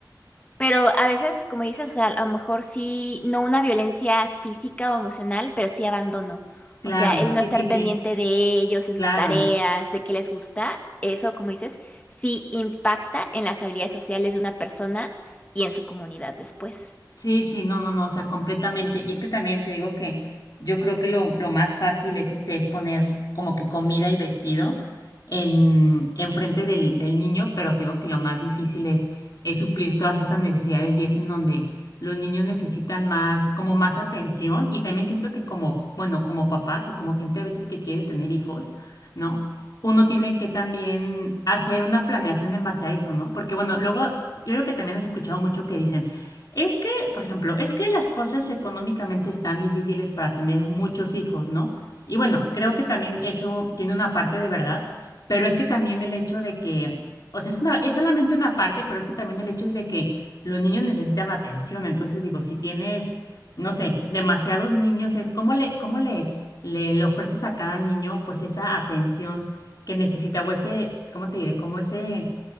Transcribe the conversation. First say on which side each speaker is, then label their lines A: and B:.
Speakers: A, on the left; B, on the left.
A: Pero a veces, como dices, o sea, a lo mejor sí, no una violencia física o emocional, pero sí abandono.
B: Claro,
A: O sea, el
B: sí,
A: no estar
B: sí, sí,
A: pendiente de ellos, de sus
B: claro.
A: tareas, de qué les gusta, eso, como dices, sí impacta en las habilidades sociales de una persona y en su comunidad después.
B: Sí, sí, no, no, no, o sea, completamente. Y es que también te digo que yo creo que lo, lo más fácil es este, es poner como que comida y vestido en, en frente del, del niño, pero te digo que lo más difícil es, es suplir todas esas necesidades y es en donde los niños necesitan más, como más atención. Y también siento que como, bueno, como papás o como gente a veces que quiere tener hijos, ¿no? Uno tiene que también hacer una planeación en base a eso, ¿no? Porque bueno, luego yo creo que también has escuchado mucho que dicen es que, por ejemplo, es que las cosas económicamente están difíciles para tener muchos hijos, ¿no? Y bueno, creo que también eso tiene una parte de verdad, pero es que también el hecho de que, o sea, es una, es solamente una parte, pero es que también el hecho es de que los niños necesitan atención. Entonces, digo, si tienes, no sé, demasiados niños, es cómo le, cómo le, le, le ofreces a cada niño, pues, esa atención que necesita, o ese, ¿cómo te diré? Como ese.